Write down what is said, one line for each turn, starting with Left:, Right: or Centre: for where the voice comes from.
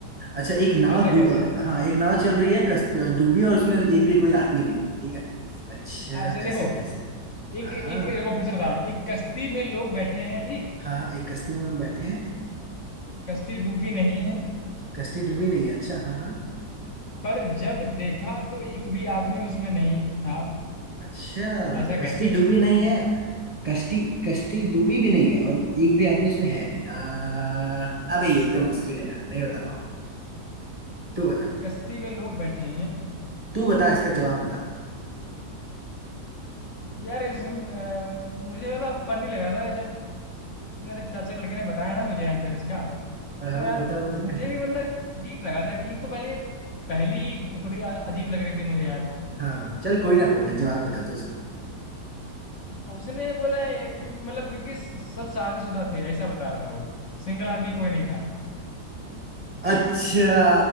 Right: अच्छा एक नाव
Left: ऐसा
Right: डू
Left: कैसे
Right: हाँ एक नाव चल रही है कस- डूबी और उसमें एक भी कोई आदमी नहीं है, ठीक है अच्छा
Left: ऐसे देखो
Right: ऐसा कैसे
Left: एक
Right: हाँ
Left: एक देखो फिर से बता रहा हूँ एक कश्ती में लोग बैठे हैं ठीक
Right: हाँ हाँ एक कश्ती में लोग बैठे हैं
Left: कश्ती डूबी नहीं है
Right: कश्ती डूबी नहीं है अच्छा हाँ हाँ
Left: पर जब देखा तो एक भी आदमी उसमें नहीं था
Right: अच्छा
Left: ऐसा
Right: कश्ती
Left: कैसे
Right: डूबी नहीं है कश्ती कश्ती डूबी भी नहीं है और एक भी आदमी उसमें है नहीं आ, अबे ये तो मुश्किल है यार नहीं बता पाऊँ तू बता
Left: एक कश्ती में लोग बैठे हैं
Right: तू बता इसका जवाब बता
Left: यार इस अ, मुझे मतलब फनी लगा था जब मेरे चाचा के लड़के ने बताया ना मुझे आंसर इसका
Right: हाँ हाँ,
Left: तो यार
Right: बता बता
Left: मुझे
Right: क्या
Left: भी मतलब यार अजीब लगा था ये तो पहले पहली थोड़ी अ- अजीब लग रही थी मुझे यार वो
Right: हाँ चल कोई ना कोई ना जवाब
Left: पर
Right: बता तो इसका
Left: उसने बोला ये क्योंकि मतलब क्योंकि स- सब शादीशुदा थे ऐसा बता रहा था वो सिंगल आदमी कोई नहीं था
Right: अच्छा